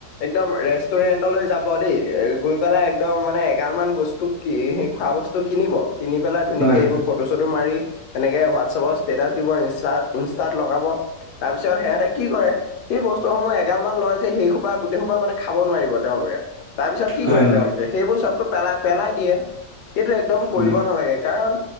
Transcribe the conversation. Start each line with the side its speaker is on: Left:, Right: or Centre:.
Left: একদম ৰেষ্টুৰেণ্টলৈ যাব দেই গৈ পেলাই, একদম মানে এগাল মান বস্তু কি সি খোৱা বস্তু কিনিব, কিনি পেলাই ধুনীয়াকে
Right: হয়
Left: এইবোৰ
Right: হয়
Left: ফটো চটো মাৰি, সেনেকে হোৱাটছআপৰ ষ্টেটাচ দিব ইন ইনষ্টাত লগাব তাৰপিছত সিহঁতে কি কৰে, সেই বস্তুসমূহ এগাল মান লয় যে সেই সোপা গোটেই সোপা মানে খাব নোৱাৰিব তেওঁলোকে, তাৰপিছত কি
Right: হয়
Left: কৰে
Right: হয়
Left: তেওঁলোকে সেইবোৰ চবটো পেলাই পেলাই দিয়ে সেইটো এ, দম
Right: হয়।
Left: কৰিব নালাগে কাৰণ,